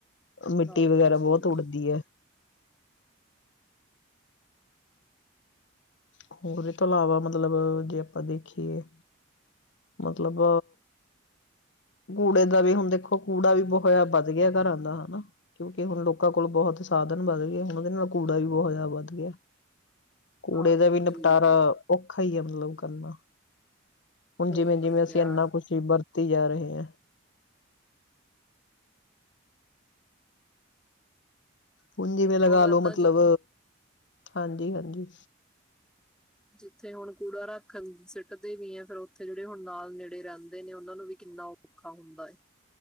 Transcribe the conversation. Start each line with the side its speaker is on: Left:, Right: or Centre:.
Left: ਮਿੱਟੀ
Centre: ਹਾਂਜੀ
Left: ਵਗੈਰਾ ਬਹੁਤ ਉੱਡਦੀ ਹੈ ਹੋਰ ਇਹ ਤੋਂ ਇਲਾਵਾ ਮਤਲਬ ਜੇ ਆਪਾਂ ਦੇਖੀਏ ਮਤਲਬ ਕੂੜੇ ਦਾ ਵੀ ਹੁਣ ਦੇਖੋ ਕੂੜਾ ਵੀ ਬਹੁਤ ਜ ਵਧ ਗਿਆ ਘਰਾਂ ਦਾ ਹਨਾ ਕਿਉਂਕਿ ਹੁਣ ਲੋਕਾਂ ਕੋਲ ਬਹੁਤ ਸਾਧਨ ਵੱਧ ਗਿਆਏ ਹੁਣ ਉਹਦੇ ਨਾਲ ਕੂੜਾ ਵੀ ਬਹੁਤ ਜਿਆਦਾ ਵੱਧ ਗਿਆ ਕੂੜੇ
Centre: ਹਾਂਜੀ
Left: ਦਾ ਵੀ ਨਿਪਟਾਰਾ ਔਖਾ ਹੀ ਆ ਮਤਲਬ ਕਰਨਾ ਹੁਣ
Centre: ਹੋਰ
Left: ਜਿਵੇਂ ਜਿਵੇਂ ਅਸੀਂ
Centre: ਕਿਆ
Left: ਇੰਨਾ ਕੁਛ ਹੀ ਵਰਤੀ ਜਾ ਰਹੇ <inaudible> ਹੂੰਜੀ ਮੈਂ ਲਗਾ
Centre: ਹੋਰ
Left: ਲੋ
Centre: ਏਦਾਂ
Left: ਮਤਲਬ
Centre: ਜਿ
Left: ਹਾਂਜੀ ਹਾਂਜੀ
Centre: ਜਿੱਥੇ ਹੁਣ ਕੂੜਾ ਰੱਖਣ ਸਿੱਟਦੇ ਵੀ ਹੈ ਫਿਰ ਉੱਥੇ ਜਿਹੜੇ ਹੁਣ ਨਾਲ ਨੇੜੇ ਰਹਿੰਦੇ ਨੇ ਉਹਨਾਂ ਨੂੰ ਵੀ ਕਿੰਨਾ ਔਖਾ ਹੁੰਦਾ ਹੈ